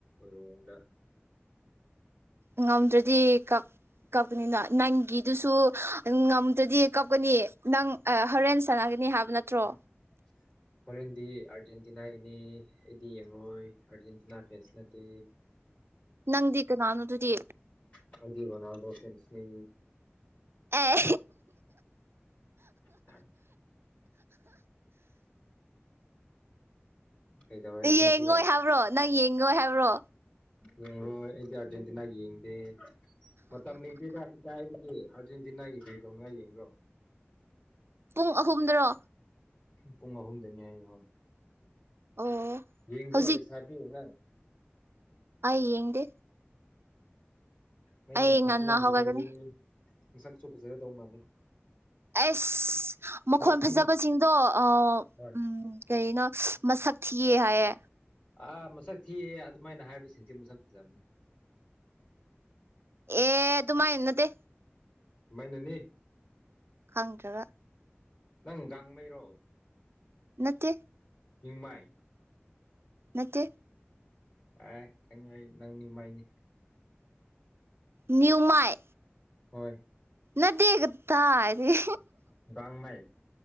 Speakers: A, on the left; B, on the right.
A: ꯎꯔꯣꯡꯗ <unintelligible>
B: ꯉꯝꯗ꯭ꯔꯗꯤ ꯀꯞ ꯀꯞꯀꯅꯤꯅ ꯅꯪꯒꯤꯗꯨꯁꯨ ꯉꯝꯗ꯭ꯔꯗꯤ ꯀꯞꯀꯅꯤ ꯅꯪ ꯍꯣꯔꯦꯟ ꯁꯥꯟꯅꯒꯅꯤ ꯍꯥꯏꯕ ꯅꯠꯇ꯭ꯔꯣ
A: <inaudible> ꯍꯣꯔꯦꯟꯗꯤ ꯑꯥꯔꯖꯦꯟꯇꯤꯅꯥꯒꯤꯅꯤ ꯑꯩꯗꯤ ꯌꯦꯡꯂꯡꯉꯣꯏ ꯑꯥꯔꯖꯦꯟꯇꯤꯅꯥ ꯐꯦꯟꯁ ꯅꯠꯇꯦ
B: ꯅꯪꯗꯤ ꯀꯅꯥꯅꯣ ꯑꯗꯨꯗꯤ
A: ꯑꯗꯨꯗꯤꯕꯅꯥꯗꯣ ꯐꯦꯟꯁꯅꯤ
B: ꯑ
A: ꯑ <unintelligible> ꯀꯩꯗꯧꯔꯦ ꯅ
B: ꯌꯦꯡꯉꯣꯏ
A: ꯁꯨꯔꯣ
B: ꯍꯥꯏꯕ꯭ꯔꯣ ꯅꯪ ꯌꯦꯡꯉꯣꯏ ꯍꯥꯏꯕ꯭ꯔꯣ
A: ꯌꯦꯡꯂꯣꯏ ꯑꯩꯗꯤ ꯑꯥꯔꯖꯦꯟꯇꯤꯅꯥ ꯌꯦꯡꯗꯦ ꯃꯇꯝ ꯂꯩꯇꯦꯗ ꯀꯗꯥꯏꯗꯒꯤ ꯑꯥꯔꯖꯦꯟꯇꯤꯅꯥꯒꯤ ꯀꯔꯤꯗꯧꯅꯤꯉꯥꯏ ꯌꯦꯡꯕ꯭ꯔꯣ
B: ꯄꯨꯡ ꯑꯍꯨꯝꯗꯔꯣ
A: ꯄꯨꯡ ꯑꯍꯨꯝꯗꯅꯤ ꯍꯥꯏꯌꯦ ꯍꯣꯏ
B: ꯑꯣ
A: ꯌꯦꯡꯒ꯭ꯔꯣꯟ
B: ꯍꯧꯖꯤꯛ
A: ꯂꯩ ꯁꯥꯕꯤ ꯅꯪ
B: ꯑ ꯩꯌꯦꯡꯗꯦ
A: ꯅꯪꯒꯤ
B: ꯑꯩ
A: ꯃꯈꯣꯟꯁꯦ
B: ꯉꯟꯅ
A: ꯌꯥꯝ
B: ꯍꯧꯒꯠꯒꯅꯤ
A: ꯐꯖꯩꯌꯦ ꯃꯁꯛꯁꯨ ꯐꯖꯒꯗꯧꯕ ꯃꯥꯜꯂꯦ
B: ꯑꯩꯁ ꯃꯈꯣꯟ
A: ꯕ꯭ꯂꯦꯛ
B: ꯐꯖꯕꯁꯤꯡꯗꯣ
A: ꯄꯤꯡ
B: ꯑ
A: ꯍꯣꯏ
B: ꯎꯝ ꯀꯩꯅꯣ ꯃꯁꯛ ꯊꯤꯌꯦ ꯍꯥꯏꯌꯦ
A: ꯑꯥ ꯃꯁꯛ ꯊꯤꯑꯦ ꯑꯗꯨꯃꯥꯏꯅ ꯍꯥꯏꯕꯁꯤꯡꯁꯦ ꯃꯁꯛ ꯐꯖꯕꯅꯦ
B: ꯑꯦ ꯑꯗꯨꯃꯥꯏ ꯅꯠꯇꯦ
A: ꯃꯥꯏꯅꯅꯤ
B: ꯈꯪꯗ꯭ꯔꯒ
A: ꯅꯪ ꯒꯥꯡꯃꯩꯔꯣ
B: ꯅꯠꯇꯦ
A: ꯇꯨꯏꯄꯥꯏ
B: ꯅꯠꯇꯦ
A: ꯑꯥꯢ ꯈꯪꯏ ꯑꯩ ꯅꯪ ꯅꯤꯡꯃꯥꯏꯅꯤ
B: ꯅꯤꯌꯨꯃꯥꯢ
A: ꯍꯣꯏ
B: ꯅꯠꯇꯦ ꯀꯥꯗꯥꯏꯗꯩ
A: ꯒꯥꯡꯃꯩ